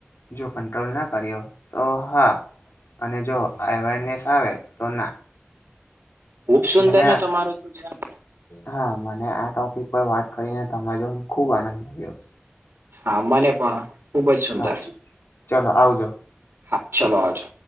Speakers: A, on the left; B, on the right.
A: જો કંટ્રોલ ના કર્યો તો હા અને જો અવેરનેસ આવે તો ના.
B: ખુબ સુંદર
A: મને
B: ને તમારું તો જ્યાં
A: હા મને આ ટોપિક પર વાત કરીને તમારી જોડે ખૂબ આનંદ આવ્યો.
B: હા મને પણ ખુબ જ સુંદર.
A: હા ચલો આવજો.
B: હા ચલો આવજો.